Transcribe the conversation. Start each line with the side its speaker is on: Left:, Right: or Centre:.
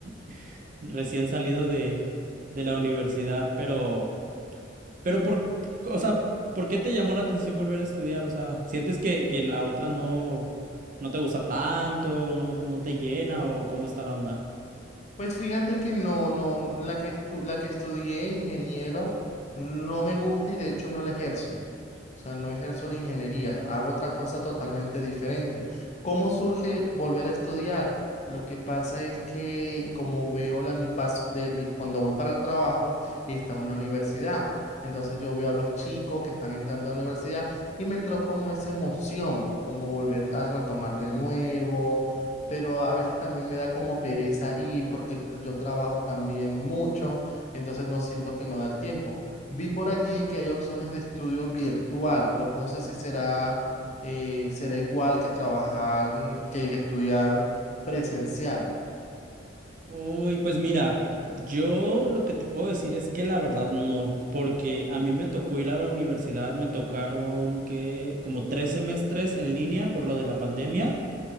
Right: <laughs> recién salido de, de la universidad, pero, pero por, o sea, ¿por qué te llamó la atención volver a estudiar? O sea, ¿sientes que, que la otra no, no te gusta tanto, no, no te llena o cómo está la onda?
Left: Pues fíjate que no, no, la que estu- la que estudié ingeniero no me gusta y de hecho no la ejerzo. O sea, no ejerzo la ingeniería, hago otra cosa totalmente diferente. ¿Cómo surge volver a estudiar? Lo que pasa es que como veo la uni- pas- de mi- cuando voy para el trabajo, está una universidad. Entonces yo veo a los chicos que están entrando a la universidad y me entró como esa emoción, como volver a retomar de nuevo, pero a veces también me da como pereza ir porque yo trabajo también mucho, entonces no siento que no da el tiempo. Vi por allí que hay opciones de estudio virtual, pero no sé si será, eh, será igual que trabajar, mm, que que estudiar presencial.
Right: Uy, pues mira, yo lo que te puedo decir es que la verdad no, porque a mí me tocó ir a la universidad, me tocaron que como tres semestres en línea por lo de la pandemia.